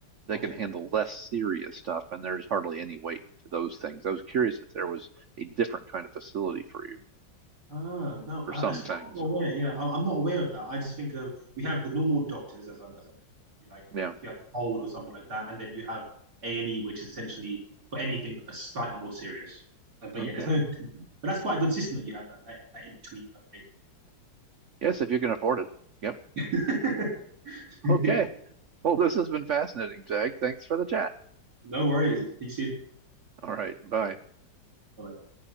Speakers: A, on the right; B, on the right.
A: They
B: Okay.
A: can handle less serious stuff, and there's hardly any weight to those things. I was curious if there was a different kind of facility for you.
B: Ah, no.
A: for
B: uh,
A: some
B: As far
A: things.
B: as I'm aware, yeah, I'm, I'm not aware of that. I just think of we have the normal doctors, as I, as I mentioned, you like
A: Yeah.
B: if you have a cold or something like that, and then you have A and E, which is essentially for anything uh, slightly more serious. Uh, but
A: Okay.
B: yeah, there's no. in between. But that's quite a good system that you have that that, that in between type thing.
A: Yes, if you can afford it. Yep.
B: <laughs>
A: Okay.
B: Yeah.
A: Well, this has been fascinating, Jag. Thanks for the chat.
B: No worries. Peace in.
A: All right. Bye.
B: Bye.